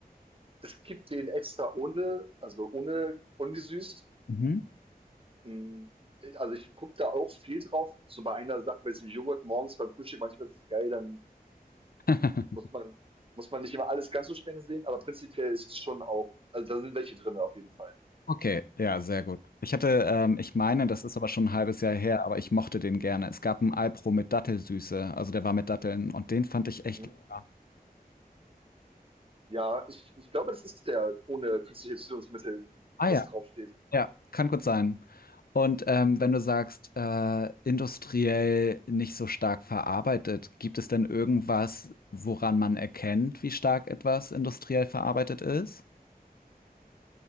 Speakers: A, on the right; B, on the left.
A: Es gibt den extra ohne, also ohne ungesüßt.
B: Mhm.
A: Mhm. Also ich gucke da auch viel drauf. So bei einer Sache, bei diesem Joghurt morgens beim Frühstück, manchmal ist es geil, dann
B: <laughs>
A: muss man, muss man nicht immer alles ganz so streng sehen, aber prinzipiell ist es schon auch, also da sind welche drin auf jeden Fall.
B: Okay, ja, sehr gut. Ich hatte, ähm, ich meine, das ist aber schon ein halbes Jahr her, aber ich mochte den gerne. Es gab einen Alpro mit Dattelsüße, also der war mit Datteln und den fand ich echt
A: Mhm.
B: lecker.
A: Ja, ich, ich glaube, das ist der ohne künstliche Süßungsmittel,
B: Ah
A: wo das
B: ja,
A: draufsteht.
B: ja, kann gut sein. Und ähm, wenn du sagst, äh, industriell nicht so stark verarbeitet, gibt es denn irgendwas, woran man erkennt, wie stark etwas industriell verarbeitet ist?